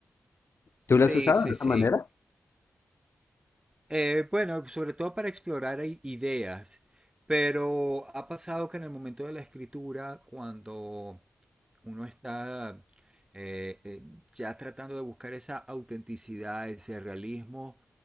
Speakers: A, on the right; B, on the left.
A: Sí,
B: ¿Tú la has usado
A: sí,
B: de
A: sí.
B: esa manera?
A: Eh, bueno, sobre todo para explorar i- ideas, pero ha pasado que en el momento de la escritura, cuando uno está eh, eh, ya tratando de buscar esa autenticidad, ese realismo,